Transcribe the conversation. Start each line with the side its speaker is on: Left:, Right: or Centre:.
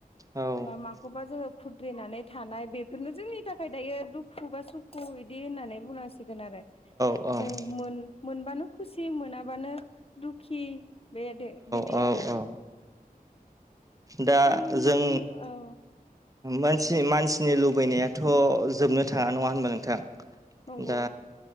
Right: औ
Left: बा मा खौबा जोङो खुद्रिनानै थानाय बेफोरनो जोंनि थाखाय दायो दुखु बा सुखु बिदि होननानै बुंनांसिगोन। सिगोन आरो
Right: औ
Left: जों मोन-मोनबानो खुसि मोनाबानो दुखि बे दे बिदि
Right: औ औ
Left: आरो।
Right: औ दा
Left: आंनि
Right: जों
Left: औ
Right: मानसि मानसिनि लुबैनायाथ' जोबनो थाङा नङा होनबा नोंथां‌।
Left: नंगौ
Right: दा